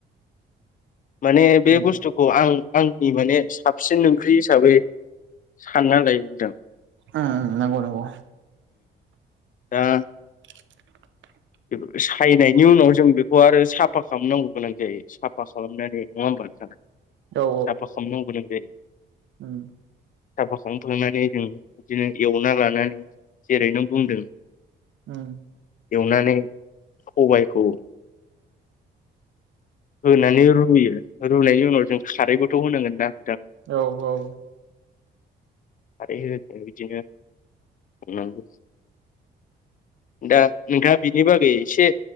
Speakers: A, on the left; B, on the right.
A: माने बे
B: नंगौ।
A: बुस्थुखौ आं आंनि माने साबसिन ओंख्रि हिसाबै सानना लायो नोंथां।
B: उम नंगौ नंगौ
A: दा
B: <unintelligible>
A: बे सायनायनि उनाव जों बे आरो साफा खालामनांगौ गोनां जायो साफा खालामनानै नङा होनबा नोंथां
B: औ
A: साफा खालामनांगौ गोनां जायो
B: उम
A: साफा खालामखांनानै जों बिदिनो एवना लानानै जेरै‌ नों बुंदों।
B: उम
A: नानै खबायाइखौ होननानै रुयो रुनायनि उनाव जों खारैब खौ होनांगोन दा
B: औ औ
A: खारै होदों बिदिनो, <unintelligible> दा नोंथाङा बिनि बागै एसे